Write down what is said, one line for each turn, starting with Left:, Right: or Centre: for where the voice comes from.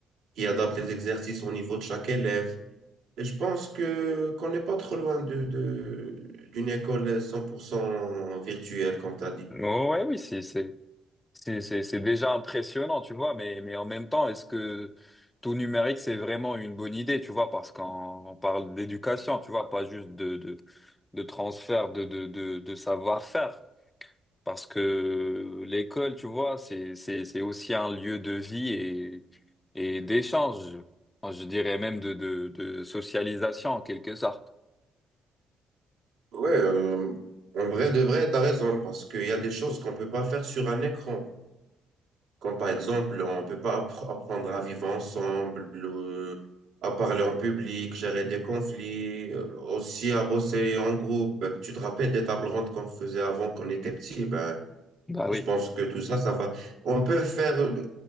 Right: qui adaptent les exercices au niveau de chaque élève. Et je pense que qu'on n'est pas trop loin de, de- d'une école 100% virtuelle, comme tu as dit.
Left: Ouais, oui, c'est, c'est- C'est, c'est, c'est déjà impressionnant, tu vois, mais, mais en même temps, est-ce que tout numérique, c'est vraiment une bonne idée, tu vois, parce qu'on parle d'éducation, tu vois, pas juste de, de, de transfert de, de, de, de savoir-faire. Parce que l'école, tu vois, c'est, c'est, c'est aussi un lieu de vie et, et d'échange, enfin, je dirais même de, de, de socialisation en quelque sorte.
Right: Ouais, euh, en vrai, de vrai, t'as raison, parce qu'il y a des choses qu'on peut pas faire sur un écran. Comme par exemple, on peut pas appr- apprendre à vivre ensemble, euh, à parler en public, gérer des conflits, euh, aussi à bosser en groupe. Euh, Tu te rappelles des tables rondes qu'on faisait avant qu'on
Left: Mhm.
Right: était petit? Ben,
Left: Bah oui.
Right: je pense que tout ça, ça va. On peut faire euh,